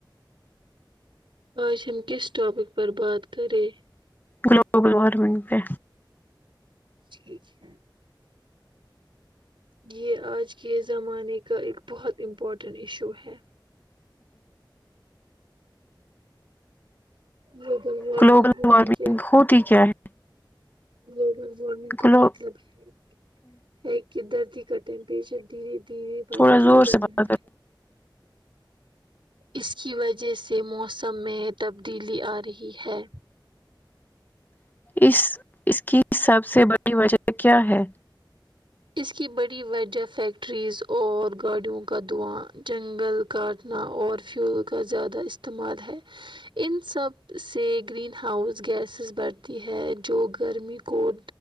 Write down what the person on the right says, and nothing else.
اج ہم کس ٹاپک پر بات کریں
ٹھیک ہے یہ اج کے زمانے کا ایک بہت امپورٹنٹ ایشو ہے گلوبل وارمنگ
ہوتی
کیا
گلوبل وارمنگ کا
مطلب ہے ہے کہ دردی کا ٹمپریچر دھیرے دھیرے بڑھتا
جا
رہا
ہے اس کی وجہ سے موسم میں تبدیلی آرہی ہے
اس کی بڑی وجہ فیکٹریز اور گاڑیوں کا دھواں جنگل کاٹنا اور فیول کا زیادہ استعمال ہے ان سب سے گرین ہاؤس گیسز بڑھتی ہے جو گرمی کو